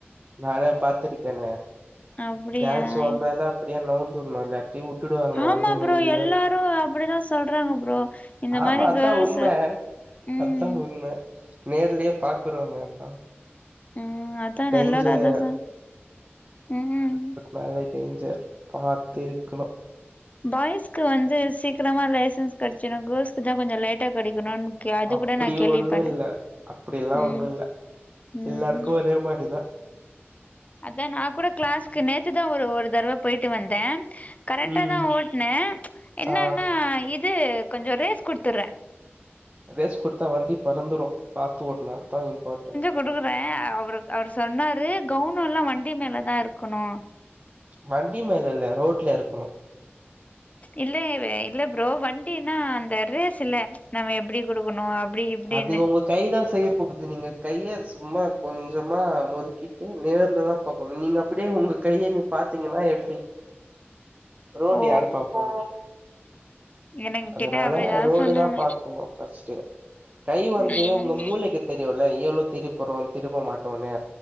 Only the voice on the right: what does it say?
நானே பாத்துருக்கேனே
கேள்ஸ் வந்தாலே அப்டியே நவுந்துணு இல்லாட்டி விட்டுடுவாங்க
வந்து மேலயே
ஆமா
அதா
உண்ம
அதா உண்ம நேர்லே பாக்குறோமே அதா
டேஞ்சர்
நல்ல டேஞ்சர் பாத்து இருக்கணு
அப்படி
ஒண்ணு
இல்ல அப்படில்லா
ஒண்ணு இல்ல
எல்லாருக்கு ஒரே மாறி தா
ம்
ஆ
ரேஸ் குடுத்தா வண்டி பறந்துரு பாத்து ஓட்டுனு அதா இம்பார்ட்டன்ட்
வண்டி மேல இல்ல ரோட்ல இருக்கணு
அது உங்க கை தா செய்ய போகுது நீங்க கையை சும்மா கொஞ்சமா முறுக்கிட்டு நேர்ல தா போகணு நீங்க அப்புடியே உங்க கைய நீ பாத்தீங்கன்னா எப்டி ரோடு
யார் பாப்போ
அதனால
ரோடு
தா பாக் சொல்வோம் ஃபர்ஸ்ட்டு கை வந்து
ஒங்க மூளைக்கு தெரியும்ல எவ்ளோ திருப்புறோ திருப்ப மாட்டோனு